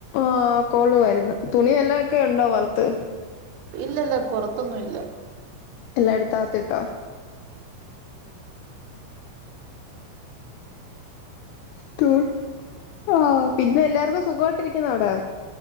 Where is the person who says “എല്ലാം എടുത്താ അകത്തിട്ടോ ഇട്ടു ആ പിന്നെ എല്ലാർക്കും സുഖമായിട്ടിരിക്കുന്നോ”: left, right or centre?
Left